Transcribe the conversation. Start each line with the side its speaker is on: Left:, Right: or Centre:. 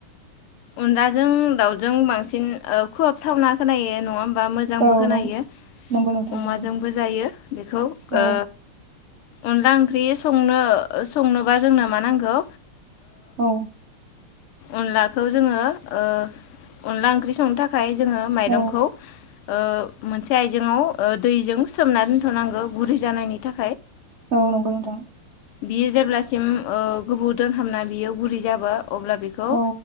Left: अनदाजों दाउजों बांसिन ओ खुहाबथावना खोनायो नङा होम बा मोजांबो
Right: औ
Left: खोनायो
Right: नं नंगौ नोंथां
Left: अमाजोंबो
Right: नंगौ
Left: जायो बेखौ
Right: औ
Left: ओ अनला ओंख्रि संनो संनोबा जोंनो मा नांगौ
Right: औ
Left: अनला खो जोङो ओ अनला ओंख्रि संनो थाख खाय जोङो माइरंखौ
Right: औ
Left: ओ मोनसे आइजेंआव दैजों सोमना दोनथ'नांगौ गुरै जानायनि थाख
Right: औ नंगौ नोंथां
Left: बियो जेब्लासिम ओ गोबौ दोनहाबना बियो गुरै जाबा अब्ला बेखौ
Right: औ